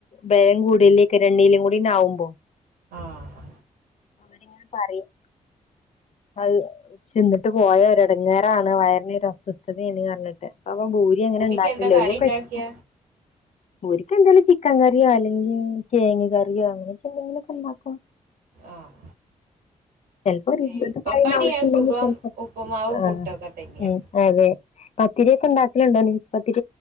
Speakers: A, on the left (about 45°); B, on the right (about 90°).
A: ഭലം കൂടലേകാരം എണ്ണിലിം കൂടിആവുമ്പോ
B: ആഹ്
A: അവരിങ്ങനെ പറിം അത് തിന്നിട്ട് പോയാ ഒരെടങ്ങേറാണ് വയറിന് ഒരസ്വസ്ഥതേണ് പർഞ്ഞിട്ട് അപ്പം ഭൂരി അങ്ങനെ
B: പൂരിക്ക്
A: ഉണ്ടാക്കൽല്ല.
B: എന്താ കറി
A: ഓൽക്കൊക്കെ
B: ഉണ്ടാക്കിയ
A: ഇഷ് ഭൂരിക് എന്തേലും ചിക്കൻ കറിയോ അല്ലെങ്കിൽ കെയങ് കറിയോ അങ്ങനൊക്കെ എന്തെങ്കിലൊക്കെ ണ്ടാക്കും.
B: ആഹ്.
A: ചെൽപ്പൊര്
B: പിന്നെ
A: <unintelligible>
B: എളുപ്പപ്പണിയാ സുഖം
A: ചെലപ്പം
B: ഉപ്പുമാവും
A: ആഹ്
B: പുട്ടൊക്കെ തന്നെയാ
A: മ് അതെ പത്തിര്യൊക്കെ ഉണ്ടാക്കല്ണ്ടോ നൈസ് പത്